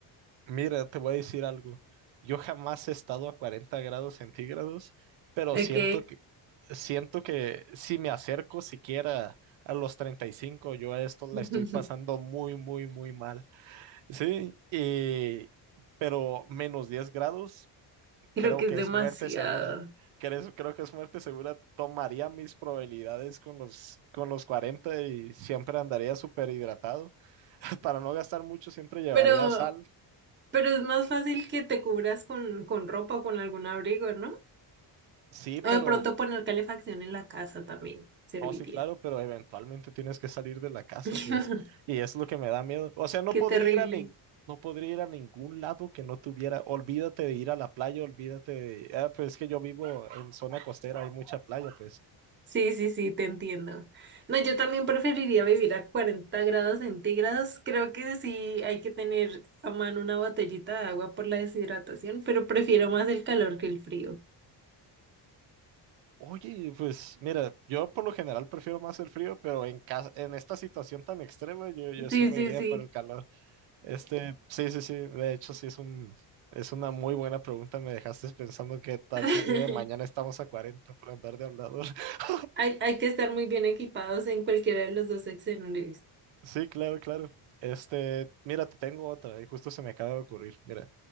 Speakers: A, on the right; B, on the right.
A: Mira, te voy a decir algo. Yo jamás he estado a 40 grados centígrados, pero
B: Ok.
A: siento que, siento que si me acerco siquiera a los 35, yo a esto
B: <laughs>
A: la estoy pasando muy, muy, muy mal. Sí, y- pero menos 10 grados,
B: Creo
A: creo
B: que
A: que
B: es demasiado.
A: es muerte segura. Creo, creo que es muerte segura. Tomaría mis probabilidades con los, con los 40 y siempre andaría súper hidratado. <laughs> Para no gastar mucho, siempre llevaría
B: Pero,
A: sal
B: pero es más fácil que te cubras con, con ropa o con algún abrigo, ¿no?
A: Sí, pero
B: O de pronto poner calefacción en la casa también serviría.
A: no, sí, claro, pero eventualmente tienes que salir de la casa,
B: <laughs>
A: pues. Y es lo que me da miedo. O sea, no
B: Qué
A: podría
B: terrible.
A: ir a nin- no podría ir a ningún lado que no tuviera. Olvídate de ir a la playa, olvídate de. Ah, pues es que yo vivo en zona costera, hay mucha playa, pues.
B: Sí, sí, sí, te entiendo. No, yo también preferiría vivir a 40 grados centígrados. Creo que sí hay que tener a mano una botellita de agua por la deshidratación, pero prefiero más el calor que el frío.
A: Oye, pues mira, yo por lo general prefiero más el frío, pero en casa, en esta situación tan extrema, yo, yo
B: Sí,
A: sí me
B: sí,
A: iría
B: sí.
A: por el calor. Este, sí, sí, sí, de hecho sí es un, es una muy buena pregunta, me dejaste pensando qué tal
B: <laughs>
A: si el día de mañana estamos a cuarenta por andar de hablador. <laughs>
B: Hay, hay que estar muy bien equipados en cualquiera de los dos escenarios.
A: Sí, claro, claro. Este, mira, te tengo otra y justo se me acaba de ocurrir. Mira,